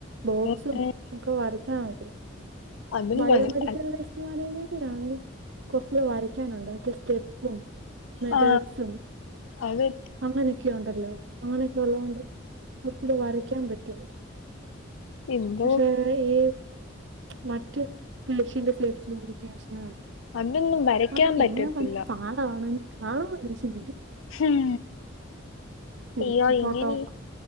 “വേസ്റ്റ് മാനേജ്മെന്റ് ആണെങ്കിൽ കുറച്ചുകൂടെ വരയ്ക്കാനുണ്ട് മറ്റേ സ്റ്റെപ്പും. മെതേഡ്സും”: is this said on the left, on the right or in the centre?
Right